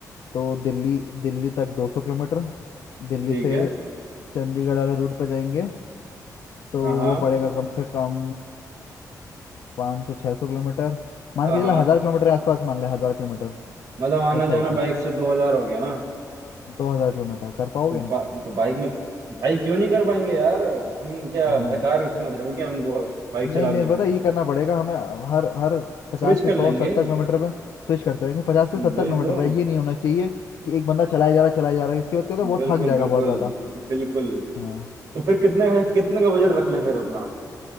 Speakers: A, on the left; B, on the right.
A: तो दिल्ली दिल्ली तक 200 किलोमीटर दिल्ली
B: ठीक
A: से
B: है
A: चंडीगढ़ वाले रूट पे जाएंगे तो
B: हाँ हाँ
A: वो पड़ेगा कम से कम 500 600 किलोमीटर मान
B: हाँ
A: के
B: हाँ
A: चले हज़ार किलोमीटर के आसपास मान ले हज़ार किलोमीटर
B: मतलब आना
A: एक साइड
B: जाना
A: का
B: बाइक से दो हजार हो गया ना
A: दो हज़ार किलोमीटर कर पाओगे
B: तो, बा, तो बाइक में भाई क्यों नहीं कर पाएंगे यार तुम क्या
A: हाँ
B: बेकार समझ रहे हो क्या हमको बाइक चलाने
A: नहीं नहीं
B: में
A: पता ये करना पड़ेगा हमें हर हर पचास
B: स्विच
A: से
B: कर
A: सौ
B: लेंगे
A: सत्तर किलोमीटर पे स्विच करते रहेंगे पचास से सत्तर
B: वही
A: किलोमीटर
B: तो
A: पे ये नहीं होना चाहिए कि एक बंदा चलाया जा रहा है चलाया जा रहा है उसके बाद क्या होता है बहुत
B: बिल्कुल
A: थक जाएगा
B: बिल्कुल
A: बहुत ज़्यादा
B: बिल्कुल
A: हाँ
B: तो फिर कितने कितने का बजट रख लें फिर अपना